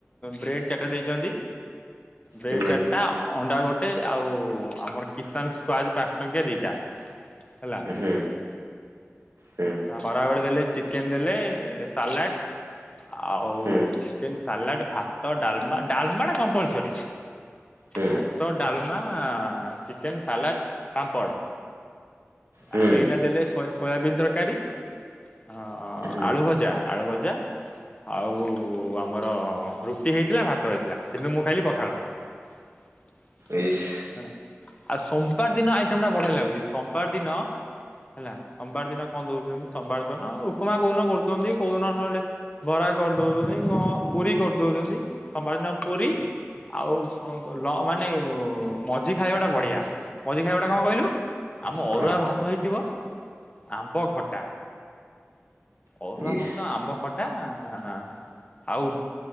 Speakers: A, on the left; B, on the right.
A: ବ୍ରେଡ ଚାଟା ଦେଇଛନ୍ତି। ବ୍ରେଡ
B: ହୁଁ
A: ଚାରିଟା ଅଣ୍ଡା ଗୋ ଆଉ ଆମର କିଶାନ ସ୍କ୍ଵଜ ପାଞ୍ଚ ଟଙ୍କିଆ ଦିଟା ହେଲା।
B: ହୁଁ ହୁଁ
A: ଖରାବେଳେ ଦେଲେ ଚିକେନ ଦେଲେ ସାଲାଟ ଆଉ
B: ହୁଁ
A: ଚିକେନ ସାଲାଟ ଭାତ ଡାଲମା ଡାଲମାଟା କମ୍ପଲସରି
B: ହୁଁ
A: ଭାତ, ଡାଲମା, ଚିକେନ, ସାଲାଟ, ପାମ୍ପଡ
B: ହୁଁ
A: ଆଉ ଏଇନା ଦେଲେ ସୋୟା ସୋୟାବିିନ ତରକାରୀ ଅ
B: ହୁଁ
A: ଆଳୁ ଭଜା ଆଳୁ ଭଜା ଆଉ ଆମର ରୁଟି ହେଇଥିଲା ଭାତ ହେଇଥିଲା କିନ୍ତୁ ମୁଁ ଖାଇଲି ପଖାଳ <inaudible>
B: ଇସି
A: ହେଲା ଆଉ ସୋମବାର ଦିନ ଆଇଟମଟଟା ବଢିଆ ଲାଗୁଛି ସୋମବାର ଦିନ ହେଲା ସୋମବାର ଦିନ ବନ୍ଦ ଦଉଛନ୍ତି ସୋମବାର ଦ ଉପମା କୋଉଦିନ କରୁଛନ୍ତି କୋଉଦିନ ନହେଲେ ବରା କରିଦଉଛନ୍ତି କଣ ପୁରୀ କରିଦଉଛନ୍ତି ଆ ବାରିନ ପୁରୀ। ଆଉ ମାନେ ମଝି ଖାଇବା ଟା ବଢିଆ। ମଝି ଖାଇବାଟା କଣ କହିଲୁ ଆମ ଅରୁଆ
B: କଣ
A: ଭାତ ହେଇଥିବ। ଆମ୍ବ ଖଟା ଅରୁଆ
B: ଇସ୍
A: ଭାତ ଆମ୍ବ ଖଟା। ଟା ଆଉ